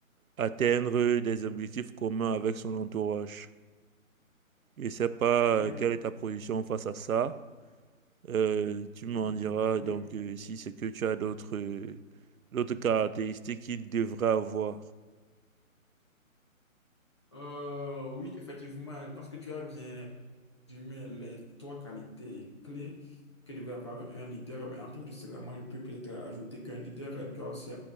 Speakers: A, on the right; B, on the left.
A: atteindre des objectifs communs avec son entourage. Je ne sais pas
B: Oui,
A: euh,
B: oui.
A: quelle est ta position face à ça. Euh, tu m'en
B: Oui,
A: diras
B: oui.
A: donc euh, si c'est que tu as d'autres euh, d'autres caractéristiques qu'il devrait avoir.
B: Euh, oui, effectivement, je pense que tu as bien résumé les trois qualités clés que devrait avoir un leader. Mais en plus de cela, moi, je peux peut-être ajouter qu'un leader doit aussi